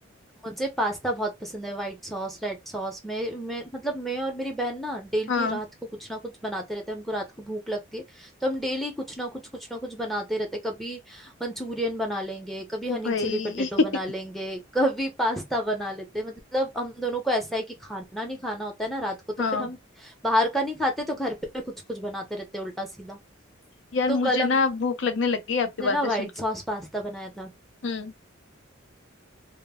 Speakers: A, in the centre; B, on the left.
A: मुझे पास्ता बहुत पसंद है वाइट सॉस रेड सॉस मैं मैं मतलब मैं और मेरी बहन ना डेली
B: हाँ
A: रात को कुछ ना कुछ बनाते रहते हैं हमको रात को भूख लगती है तो हम डेली कुछ ना कुछ कुछ ना कुछ बनाते रहते हैं कभी मंचूरियन बना लेंगे कभी
B: ओ
A: हनी
B: भाई
A: चिली पटेटो
B: <laughs>
A: बना लेंगे कभी पास्ता बना लेते हैं मतलब हम दोनों को ऐसा है कि खाना नहीं खाना होता है ना रात को तो
B: हाँ
A: फिर हम बाहर का नहीं खाते तो घर पे कुछ कुछ बनाते रहते हैं उल्टा सीधा
B: यार
A: तो
B: मुझे
A: कल हमने
B: ना भूख लगने लग गई आपकी
A: ना
B: बातें
A: व्हाइट
B: सुन के
A: सॉस पास्ता बनाया था
B: हम्म